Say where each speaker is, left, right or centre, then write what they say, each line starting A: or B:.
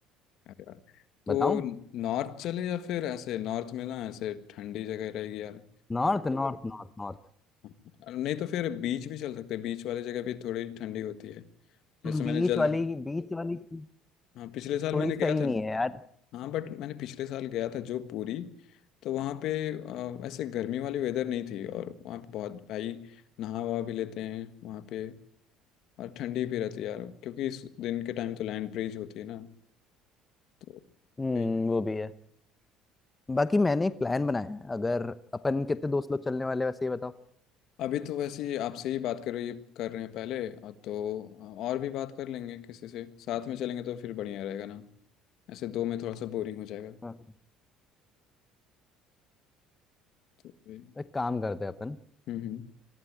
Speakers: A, on the left (about 65°); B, on the left (about 15°).
A: अरे यार तो
B: बताऊं
A: नॉर्थ चले या फिर ऐसे नॉर्थ में ना ऐसे ठंडी जगह रहेगी यार
B: North north north north
A: और नहीं तो फिर बीच भी चल सकते हैं, बीच वाली जगह भी थोड़ी ठंडी होती है जैसे मैंने
B: बीच
A: जल्द
B: वाली Beach वाली चीज
A: हाँ पिछले साल
B: थोड़ी
A: मैंने
B: सही
A: गया था
B: नहीं
A: ना
B: है यार
A: हाँ बट मैंने पिछले साल गया था जो पूरी तो वहाँ पे अ, ऐसे गर्मी वाली वेदर नहीं थी और वहाँ पे बहुत भाई नहा वहा भी लेते हैं वहाँ पे और ठंडी भी रहती है यार क्योंकि इस दिन के टाइम तो लैंड ब्रीज होती है ना तो
B: हम्म
A: वही है
B: वो भी है बाकी मैंने एक प्लान बनाया है अगर अपन कितने दोस्त लोग चलने वाले हैं, वैसे ये बताओ
A: अभी तो वैसे ही आपसे ही बात कर रही कर रहे हैं पहले और तो और भी बात कर लेंगे किसी से साथ में चलेंगे तो फिर बढ़िया रहेगा ना ऐसे दो में थोड़ा सा बोरिंग हो जाएगा
B: हाँ तो
A: तो वही
B: एक काम करते हैं अपन
A: हम्म हम्म